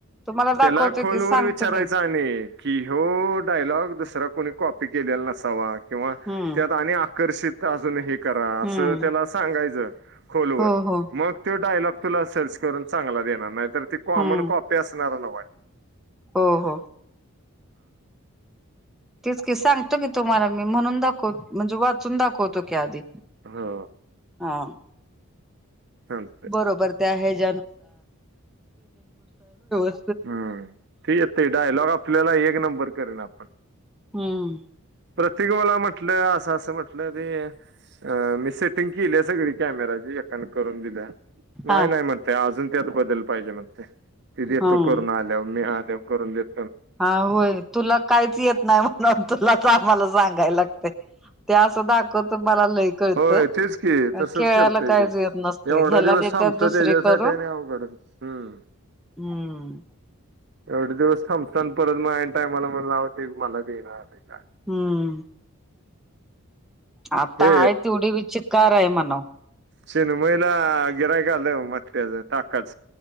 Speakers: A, in the centre; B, on the right.
A: तुम्हाला
B: त्याला
A: दाखवतो
B: खोलवर
A: की सांगतो
B: विचारायचा
A: की
B: आणि कि हो डायलॉग दुसरा.... कोणी कॉपी केलेला नसावा.... किंवा
A: हम्म
B: त्यात आणि... आकर्षित अजून हे.... करा अस
A: हम्म
B: त्याला सांगायचं खोलवर
A: हो हो
B: मग तो डायलॉग.... तुला सर्च करून चांगला देणार नाही... तर ती कॉमन
A: हम्म
B: कॉपी असतो घेणार
A: हो हो... तेीच की सांगतो की तुम्हाला मी म्हणून दाखवत म्हणजे वाचून दाखवतो की आधी
B: हो
A: हा
B: चालतंय
A: बरोबर ते ह <unintelligible>
B: हम्म तेठीक तेडयलॉ आपल्याला एक नंबर करेन आपण
A: हम्म.
B: प्रत्येक मला म्हटलं असं असं म्हटलं ते अ मी सेटिंग केली सगळी कॅमेराची कनकोरंद आहे नाय
A: हा
B: ना नाहीय म्ह मतेय अजंत अ बदल पाहिजे म तिथ
A: हम्म
B: तो करून आल्या मी करून देत.
A: हा होय तुला काहीच येत नाही म्हणून तुला मला सांगाय. ते असं दाखवत मला लय कळतं
B: होय तेच की तसच
A: केळयला
B: करतय
A: काहीच
B: ते.
A: येत नसते
B: एवढा
A: ह्याला
B: दिवस
A: येत
B: थांबतो
A: दुसरे
B: त्याच्यासाठी
A: करून
B: आणि अवघड हम्म.
A: हम्म.
B: एवढे दिवस थांबताना परत मग टायमाला म्हण लावते मला देणार. काय.
A: हम्म. आता
B: हे
A: आहे तेवढी विचकार आहे म्हनव
B: शेन महिला गिराय का आले म अज ताकाच